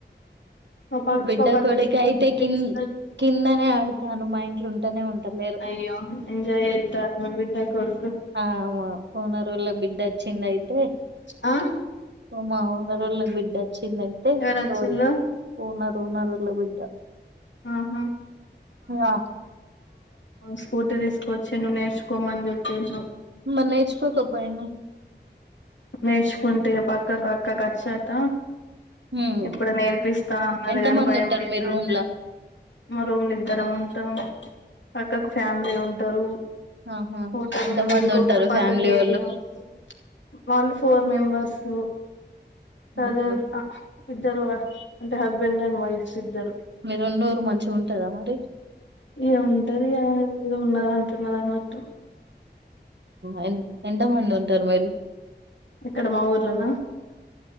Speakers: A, on the left (about 80°); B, on the right (about 70°).
A: మా పక్కకు
B: బిడ్డ
A: ఒక అతను
B: కొడుకు
A: స్కూటీ
B: అయితే కింగ్.
A: తీసుకొచ్చి
B: కిందనే ఆడుతాడు. మా ఇంట్లు ఉంటేనే ఉంట లేరు.
A: అయ్యో ఎంజాయ్ చేత్తారు మీ బిడ్డ కొడుకు
B: ఆ మా ఓనరో లా బిడ్డ వచ్చింద అయితే.
A: ఆ
B: మా ఓనర్ రోళ్ళ బిడ్డ వచ్చింది. అయితే ఎటో
A: ఎవరొచ్చిళ్ళు
B: పోయింది. ఓనర్ ఓనర్ రోళ్ళ బిడ్డ.
A: <unintelligible>
B: ఆ
A: స్కూటీ తీసుకొచ్చి డు నేర్చుకోమని చెప్పిండు.
B: మరి నేర్చుకోకపోయినా వ్.
A: నేర్చుకుంటే పక్క క అక్కకి వచ్చాక
B: హ్మ్
A: ఇప్పుడు నేర్పిస్తా. అన్నది
B: ఎంత
A: గాని
B: మంది
A: భయం
B: ఉంటారు
A: అయితాంది.
B: మీ రూమ్ లా
A: మా రూమ్లు ఇద్దరం ఉంటాం. పక్కకు ఫ్యామిలీ ఉంటారు.
B: ఆహా
A: పోతారు
B: ఎంత
A: వాళ్లు
B: మంది
A: ఇంకొక్క
B: ఉంటారు
A: పక్కకు
B: ఫ్యామిలీ వోళ్ళు
A: ఏరియా ఉంటది. వాళ్ళు ఫోర్ మెంబర్సు సరే
B: ఆహా
A: ఇద్దరు వర్క్. అంటే హస్బెండ్ అండ్ వైఫ్స్ ఇద్దరు.
B: మీరున్న ఊరు మంచిగా ఉంటదా మరి
A: ఇగ ఉంటది కదా ఉన్నదానికి. <unintelligible>
B: అ ఎంత మంది ఉంటారు మీరు.
A: ఎక్కడ మా ఊర్లోనా.